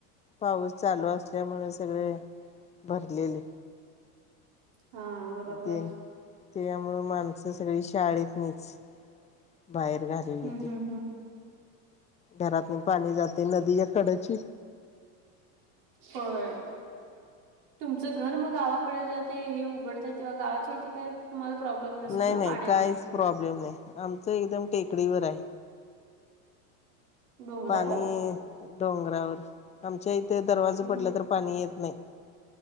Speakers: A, on the left; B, on the right.
A: पाऊस चालू असल्यामुळे सगळे भरलेले
B: हां, बरोबर.
A: ते त्यामुळं माणसं सगळी शाळेत नाहीच बाहेर घालेली
B: हं,
A: ते
B: हं, हं.
A: घरात पाणी जाते नदीच्या कड्याची
B: होय तुमचं घर मग गावाकडे जेव ते हे उघडत तेव्हा गावाच्या इथे काय तुम्हाला प्रॉब्लेम नसेल
A: नाही
B: ना
A: नाही
B: पाण्या
A: काहीच
B: भिण्याचं
A: प्रॉब्लेम नाही आमचं एकदम टेकडीवर आहे
B: डोंगरावर?
A: पाणी डोंगरावर आमच्या इथे दरवाजा
B: हं,
A: पडला
B: हं.
A: तर पाणी येत नाही,